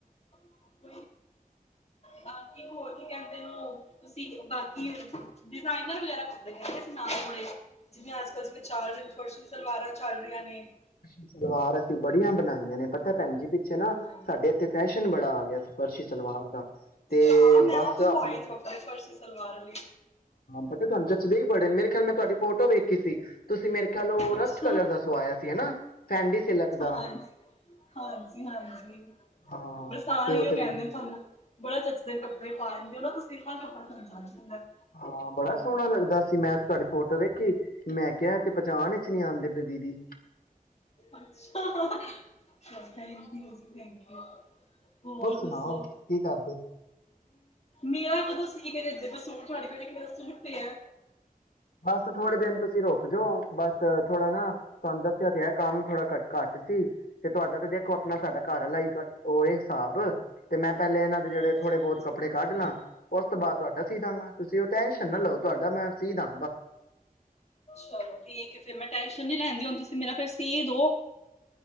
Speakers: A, on the left; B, on the left.
A: <unintelligible> ਬਾਕੀ ਹੋਰ ਕੀ ਕਹਿੰਦੇ ਨ ਤੁਸੀ ਬਾਕੀ ਡਿਜ਼ਾਈਨਰ ਵਗੈਰਾ ਕੱਪੜੇ ਕਹਿੰਦੇੋ ਸੀ ਨਾਲ ਥੋੜੇ ਜਿਵੇਂ ਅੱਜ ਕੱਲ੍ਹ ਜਿਵੇਂ ਚੱਲ ਰਹੀ ਫਰਸ਼ੀ ਸਲਵਾਰਾਂ ਚੱਲ ਰਹੀਆਂ ਨੇ
B: ਸਲਵਾਰ ਅਸੀਂ ਬੜੀਆਂ ਬਣਾਈਆਂ ਨੇ ਪਤਾ ਭੈਣ ਜੀ ਪਿੱਛੇ ਨਾ
A: ਹਾਂ
B: ਸਾਡੇ ਇੱਥੇ ਫੈਸ਼ਨ ਬੜਾ ਆ ਗਿਆ ਸੀ ਫਰਸ਼ੀ ਸਲਵਾਰ ਦਾ ਤੇ
A: ਹਾਂ ਮੈਂ
B: ਬਸ
A: ਆਪ ਸੁਆਏ
B: ਆਪਣੇ
A: ਨੇ ਕਪੜੇ ਫਰਸ਼ੀ ਸਲਵਾਰ ਆਲੀ
B: ਮੈਂ ਕਿਹਾ ਤਵਾਂਨ ਜਦ ਬੜੇ ਨੇ ਮੇਰਾ ਖਿਆਲ ਮੈਂ ਤੁਹਾਡੀ ਫੋਟੋ ਵੇਖੀ ਸੀ ਤੁਸੀਂ ਮੇਰੇ ਖਿਆਲ ਉਹ ਰਸਟ
A: ਅੱਛਾ
B: ਕਲਰ ਦਾ ਸਵਾਇਆ ਸੀ ਹਨਾ ਫੈਂਡੀ ਸਿਲਕ ਦਾ
A: ਹਾਂਜੀ ਹਾਂਜੀ ਹਾਂਜੀ
B: ਹਾਂ
A: ਪਰ ਸਾਰੇ
B: ਤੇ
A: ਹੀ ਉਹ
B: ਤੇ
A: ਕਹਿੰਦੇ ਨੇ ਤੁਹਾਨੂੰ ਬੜਾ ਜਚਦੇ ਨੇ ਕੱਪੜੇ ਪਾਏ ਨ। <unintelligible>
B: ਹਾਂ ਬੜਾ ਸੋਹਣਾ ਲੱਗਦਾ ਸੀ ਮੈਂ ਤੇ ਤੁਹਾਡੀ ਫੋਟੋ ਵੇਖੀ ਮੈਂ ਕਿਹਾ ਐ ਤੇ ਪਚਾਣ ਈਚ ਨੀ ਆਂਦੀ ਪੈ ਦੀਦੀ।
A: ਅਛਾ ਥੈਂਕਯੂ ਜੀ ਥੈਂਕਯੂ ਹੋਰ
B: ਸੁਣਾਓ
A: ਦੱਸੋ?
B: ਕੀ ਕਰਦੇ
A: ਮੇਰਾ ਕਦੋ <unintelligible> ਸੂਟ ਤੇ ਹੈ
B: ਬਸ ਥੋੜੇ ਦਿਨ ਤੁਸੀਂ ਰੋਕ ਜੋ ਬਸ ਥੋੜਾ ਨਾ ਤੁਹਾਨੂੰ ਦੱਸਿਆ ਤੇ ਹੈ ਕੰਮ ਥੋੜਾ ਘ ਘੱਟ ਸੀ ਤੇ ਤੁਹਾਡਾ ਤੇ ਦੇਖੋ ਆਪਣਾ ਸਾਡਾ ਘਰ ਆਲਾ ਹੀ ਐ ਏ ਹਿਸਾਬ ਤੇ ਮੈਂ ਪਹਿਲੇ ਇਹਨਾਂ ਦੇ ਜਿਹੜੇ
A: ਹਾਂਜੀ
B: ਥੋੜੇ ਬਹੁਤ
A: ਹਾਂਜੀ
B: ਕੱੜੇ ਕੱਢਲਾ ਉਸ ਤੋਂ ਬਾਅਦ ਤੁਹਾਡਾ ਸੀਦਾਗਾਂ ਤੁਸੀਂ ਉਹ ਟੈਂਸ਼ਨ ਨਾ ਲਓ ਤੁਹਾਡਾ ਮੈਂ ਸੀਦਾਂ
A: ਚਲੋ ਠੀਕ ਏ ਫੇਰ ਮੈਂ ਟੈਸ਼ਨ ਨੀ ਲੈਂਦੀ ਤੁਸੀਂ ਮੇਰਾ ਫੇਰ ਸੀ ਦੋ।